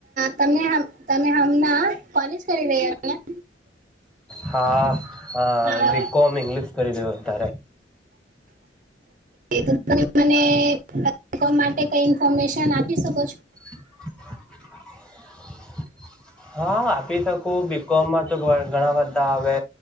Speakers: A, on the right; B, in the centre.
A: તમેં હ તમે હમણા, કોલેજ કરી રહ્યા હતા.
B: હા હ
A: હા
B: બીકોમ ઇંગ્લિશ કરી રહ્યો અત્યારે,
A: એ તો તમે મને <inaudible> માટે કઈ ઇન્ફોર્મેશન આપી શકો છો?
B: <inaudible> હા આપી શકું બીકોમમાં તો ઘણા બધા આવે